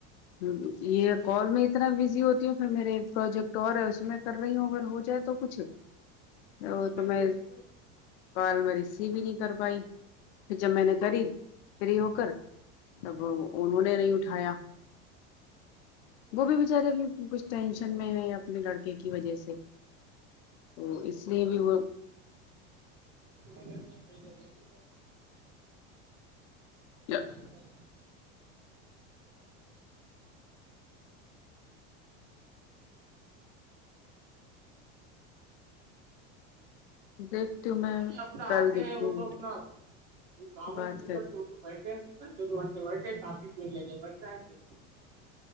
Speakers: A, on the left; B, on the right.
A: ہ یہ کال میں اتنا بزی ہوتا تی ہ پھر میرے ایک پروجیکٹ اور ہے اس میں کر رہی ہوں اگر ہو جائے تو کچھ تو
B: کر کے
A: تو میں
B: دیکھ لیو
A: کال میں ریسیو ہی نہیں کر پائی پھر جب میں نے کری فری ہو کر تب انہوں نے نہیں اٹھایا وہ بھی بچارے ابھی کچھ ٹینشن میں ہے اپنے لڑکے کی وجہ سے تو اس لیے بھی وہ
B: ب گ
A: یس
B: دیں
A: دیکھتی ہوں
B: وہ
A: میں
B: تو اپنا
A: کل
B: آتے
A: دیکھتی
B: ہیں وہ
A: ہوں
B: تو اپنا کاموں
A: بات
B: پوری
A: کر
B: کرتے
A: کے
B: ہوتے بیٹھے گھنٹے دو گھنٹے بیٹھے کافی پل لگے بیٹھ جائیں گے